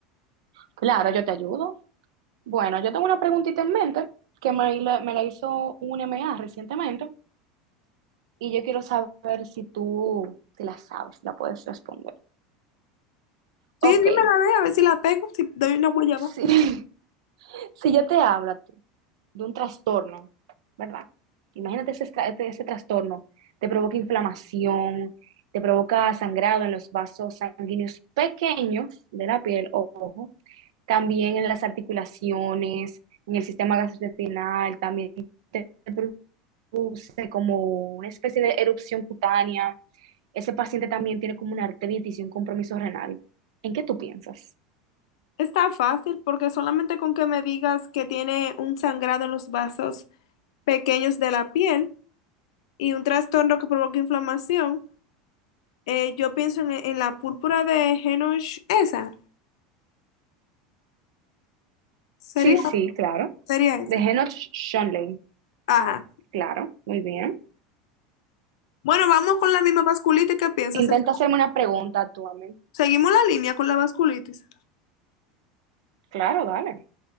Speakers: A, on the right; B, on the left.
A: Claro, yo te ayudo. Bueno, yo tengo una preguntita en mente que me la, me la hizo un M. A. recientemente y yo quiero saber si tú te la sabes, si la puedes responder.
B: Sí,
A: Ok,
B: dímela, ve, a ver si la pego, si doy una guayaba.
A: Sí, <laughs> si yo te hablo, de un trastorno, ¿verdad? Imagínate ese, tra- ese, ese trastorno, te provoca inflamación, te provoca sangrado en los vasos sanguíneos pequeños de la piel, ojo, también en las articulaciones, en el sistema gastrointestinal, también te produce como una especie de erupción cutánea. Ese paciente también tiene como una artritis y un compromiso renal. ¿En qué tú piensas?
B: Está fácil porque solamente con que me digas que tiene un sangrado en los vasos pequeños de la piel y un trastorno que provoca inflamación, eh, yo pienso en, en la púrpura de Henoch, esa. Sería,
A: Sí, sí, claro.
B: sería esa.
A: De Henoch Schönlein,
B: Ajá.
A: claro, muy bien.
B: Bueno, vamos con la misma vasculitis. ¿Qué piensas?
A: Intenta
B: Se-
A: hacerme una pregunta tú a mí.
B: Seguimos la línea con la vasculitis.
A: Claro, dale.